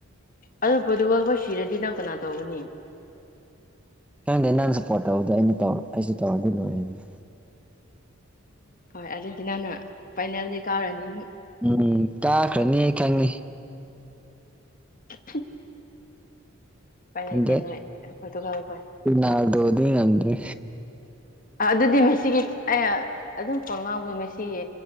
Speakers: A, on the left; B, in the centre.
A: ꯑꯣ ꯄꯣꯗꯨ ꯋꯥꯄ ꯁꯤꯔꯗꯤ ꯅꯪ ꯀꯅꯥ ꯇꯧꯕꯅꯤ
B: ꯅꯪꯗ ꯅꯪ ꯁꯞꯄꯣꯔꯠ ꯇꯧꯗ ꯑꯩꯅ ꯇꯧ ꯑꯩꯁꯨ ꯇꯧꯔꯗꯤ ꯂꯣꯏꯔꯦꯅꯤ
A: ꯍꯣꯏ ꯑꯥꯔꯖꯦꯟꯇꯤꯅꯥꯅ ꯐꯥꯏꯅꯦꯜꯗꯤ ꯀꯥꯔꯅꯤ ꯑꯗꯨꯝ
B: ꯎꯝ ꯇꯥꯈ꯭ꯔꯅꯤ ꯑꯩ ꯈꯪꯅꯤ
A: <unintelligible> ꯎꯄꯥꯏ ꯂꯩꯇꯦ
B: ꯀꯗ
A: ꯅꯣꯏ ꯄꯣꯔꯇꯨꯒꯜ ꯈꯣꯏ
B: ꯅꯗꯣꯗ ꯑꯗ
A: ꯑꯗꯨꯗꯤ ꯃꯦꯁꯤꯒꯤ ꯑꯩ ꯑꯗꯨꯝ ꯄꯣꯟ ꯉꯥꯎꯕꯦ ꯃꯁꯤ